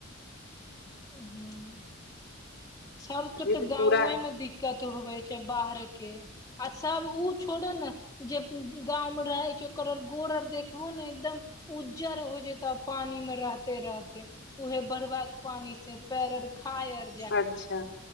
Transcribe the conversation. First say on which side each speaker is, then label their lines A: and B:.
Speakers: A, on the left (about 20°); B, on the left (about 60°).
A: ह, सभके
B: अभी
A: तऽ गाए
B: पूरा
A: मे दिक। दिक्कत होवे छै, बाहरके आ सभ उ‌ छोड़ो ने जे गावमे रहै छै, ओकर गोर आर देखबहो ने एकदम। उज्जर हो जेतै, पानिमे रहते रहते उहे बढ़बाक। पानीसे पैर आर घयल
B: अच्छा,